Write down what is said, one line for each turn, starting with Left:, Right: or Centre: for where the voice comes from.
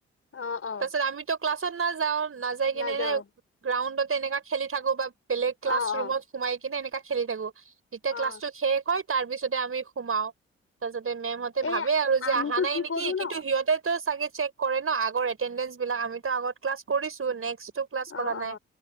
Left: অ' অ'।
Right: তাৰপিছত আমিতো ক্লাছত নাযাও নাযাই কিনে
Left: নাযাও
Right: এনে গ্ৰাউণ্ডতে এনেকুৱা খেলি থাকো বা বেলেগ ক্লাছ
Left: অ অ
Right: ৰুমত সোমাই কিনে এনেকা খেলি থাকো যেতিয়া ক্লাছটো
Left: অ
Right: শেষ হয় তাৰ পিছতে আমি সোমাও। তাৰপাছতে মেমহঁতে ভাবে
Left: এ
Right: আৰু যে
Left: আমিতো
Right: অহা নাই
Left: কি
Right: নেকি
Left: কৰো
Right: কিন্তু
Left: ন
Right: সিহঁতেতো চাগে চেক কৰে ন আগৰ এটেন্ডেন্স বিলাক আমিটো আগত ক্লাছ কৰিছো নেক্সটো ক্লাছ কৰা
Left: অ অ
Right: নাই।